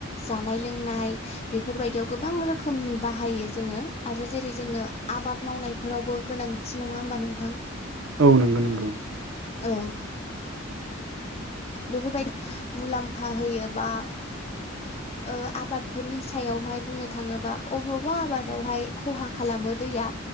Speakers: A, on the left; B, on the right.
A: जानाय लोंनाय बेफोरबायदियाव गोबां रोखोमनि बाहायो जोङो आरो जेरै जोंनो आबाद मावनायफोरावबो गोनां थि नङा होमबा नोंथां
B: औ नंगौ नंगौ।
A: औ बेफोरबायदि मुलाम्फा होयो बा ओ आबादफोरनि सायावहाय बुंनो थाङोबा अबावबा आबादावहाय खहा खालामो दैया